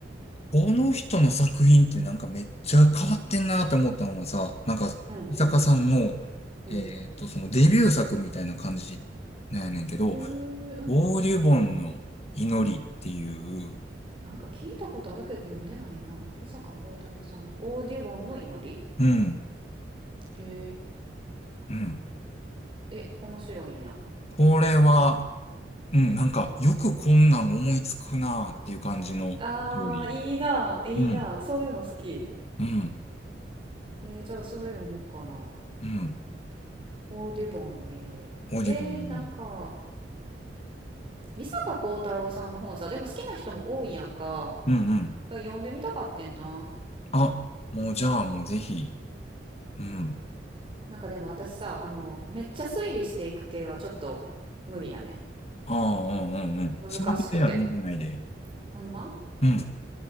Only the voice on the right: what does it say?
うんうん
うん。
へえ、うん。
なんか聞いたことあるけど読んでないな。伊坂幸太郎さんの「オーディボンの祈り」
へ
え、え、面白いんや。
ああ、いいな、いいな。
そういうの好き。
えーじゃあそれ読もうかな。
オーディボンの祈りな。
えー、なんか、美坂幸太郎さんの本さ、でも好きな人も多いやんか。
だから読んでみたかってんな。
なんかでも私さ、あの、めっちゃ推理していく系はちょっと無理やね。
難しくて。
ほんま